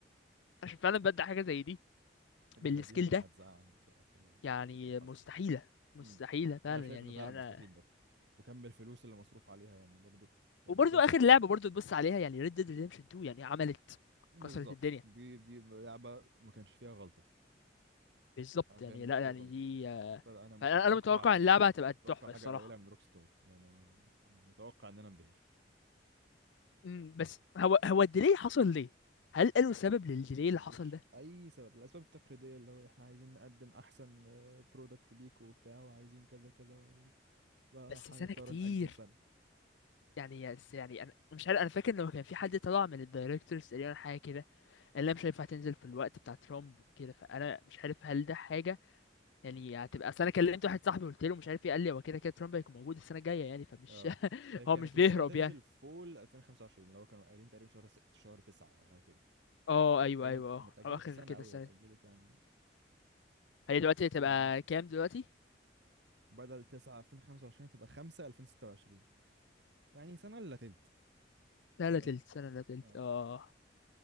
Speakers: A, on the left; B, on the right.
A: عشان فعلا بدأ حاجه زي دي
B: حاجه
A: بالسكيل
B: زي دي يعني
A: ده
B: هتزعل بصراحه لو
A: يعني
B: لو حصلت
A: مستحيله مستحيله
B: امم
A: فعلا
B: انا شايف
A: يعني
B: انه فعلا
A: انا
B: مستحيل برضه وكم الفلوس اللي مصروف عليها يعني برضه لو
A: وبرضه
B: فكرت
A: اخر
B: فيه
A: لعبه برضه تبص عليها يعني Red Dead Redemption 2 يعني عملت
B: بالظبط
A: كسرت الدنيا
B: دي دي لعبه ما كانش فيها غلطه
A: بالظبط
B: حرفيا
A: يعني
B: ما كانش
A: لا
B: فيها
A: يعني
B: غلطه
A: دي آه،
B: فانا مش
A: فانا
B: متوقع
A: انا متوقع اللعبه هتبقى
B: متوقع
A: تحفه
B: حاجه
A: الصراحه
B: قليله من روك ستار يعني انا انا متوقع ان انا انبهر
A: أمم، بس هو هو الديلي حصل ليه هل قالوا سبب للديلي
B: ملوش
A: اللي حصل ده
B: اي سبب الاسباب التقليديه اللي هو احنا عايزين نقدم احسن برودكت ليك وبتاع وعايزين كذا كذا وعايزين كذا
A: بس
B: فهنضطر
A: سنه كتير
B: نأجل سنه
A: يعني يس- يعني انا مش عارف انا فاكر لو كان في حد طلع من الدايركتورز تقريبا حاجه كده قال لها مش هينفع تنزل في الوقت بتاع ترامب وكده فانا مش عارف هل ده حاجه يعني هتبقى اصل انا كلمت واحد صاحبي قلت له مش عارف ايه قال لي هو كده كده ترامب هيكون موجود السنه الجايه يعني فمش
B: اه
A: <laughs>
B: هي كانت
A: هو مش بيهرب
B: المفروض هتنزل
A: يعني
B: فول 2025 اللي هو كانوا قايلين تقريبا شهر ست شهر تسعة او حاجه كده
A: اه ايوه
B: فهي ما
A: ايوه اه
B: ما اتأجلتش
A: او اخر
B: سنه
A: كده
B: قوي
A: السنه
B: هي اتأجلت
A: دي
B: يعني
A: هي دلوقتي هتبقى
B: يعني
A: كام دلوقتي
B: بدل 9 2025 تبقى 5 2026 يعني سنه الا تلت
A: لا
B: من
A: لا
B: الاخر
A: تلت سنة لا تلت
B: اه
A: اه